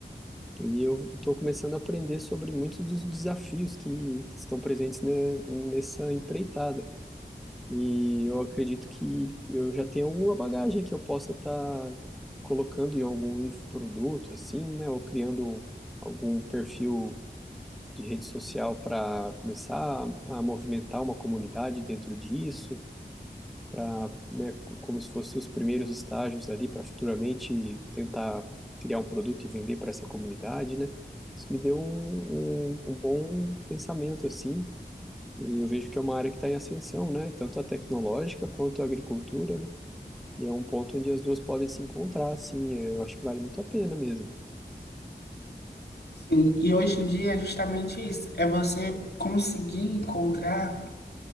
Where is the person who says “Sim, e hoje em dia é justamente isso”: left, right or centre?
Left